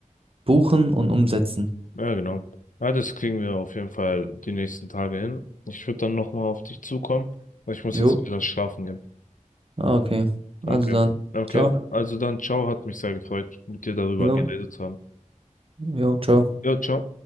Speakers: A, on the right (about 45°); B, on the left (about 75°).
A: buchen und umsetzen.
B: Ja, genau. Ja, das kriegen wir auf jeden Fall die nächsten Tage hin. Ich würde dann nochmal auf dich zukommen, weil ich muss
A: Jo.
B: jetzt wieder schlafen gehen.
A: Ah, okay.
B: Okay.
A: Also dann.
B: Okay.
A: Ciao. Ja.
B: Also dann, ciao, hat mich sehr gefreut, mit dir darüber
A: Jo.
B: geredet zu haben.
A: Jo, ciao.
B: Ja, ciao.